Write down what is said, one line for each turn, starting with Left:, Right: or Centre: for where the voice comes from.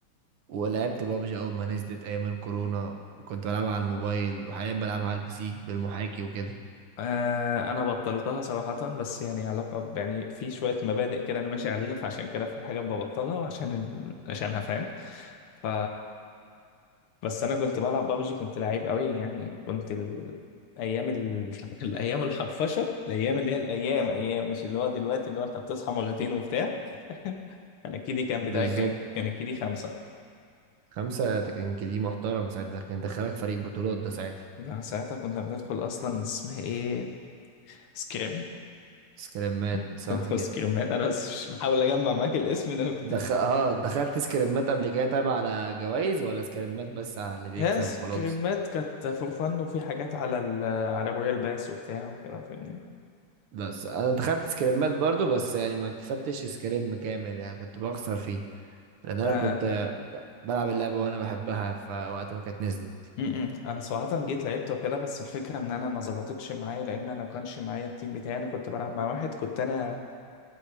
Right: ولعبت بابجي اول ما نزلت ايام الكورونا وكنت بلعبها على الموبايل وحاليا بلعبها على البي سي بالمحاكي وكده
Left: آه انا بطلتها صراحة بس يعني علاقة ب- يعني في شوية مبادئ كده انا ماشي عليها فعشان كده في حاجات ببطلها وعشان ال... عشانها فاهم ف بس انا كنت بلعب بابجي كنت لعيب قوي يعني كنت ال... ايام ال... <laughs> الايام الحفشة الايام اللي هي الايام ايام مش اللي هو دلوقتي اللي هو انت بتصحى مرتين وبتاع <laughs> انا الكيدي كان بتاعي
Right: بالظبط
Left: كان كان الكيدي خمسة
Right: خمسة ده كان كده محترم ساعتها ده كان دخلك فريق بطولات ده ساعتها
Left: ده ساعتها كنا بندخل اصلا اسمها ايه سكريم
Right: سكريمات
Left: <laughs>
Right: صح
Left: ندخل
Right: كده
Left: سكريمات انا بس مش بحاول اجمع معاك الاسم ان انا كنت
Right: دخ... اه دخلت سكريمات قبل كده تابع على جوائز ولا سكريمات بس على اللي بيكسب
Left: ناس
Right: وخلاص
Left: كريمات كانت فور فن وفي حاجات على ال على رويال باس وبتاع وكده فاهمني
Right: لا س- انا دخلت سكريمات برضو بس يعني ما كسبتش سكريم كامل يعني كنت بخسر فيه لان انا
Left: آه.
Right: كنت ب- بلعب اللعبه وانا بحبها فوقت ما كانت نزلت
Left: م-م. انا صراحة جيت لعبت وكده بس الفكرة ان انا ما ظبطتش معايا لان انا كانش معايا التيم بتاعي انا كنت بلعب مع واحد كنت انا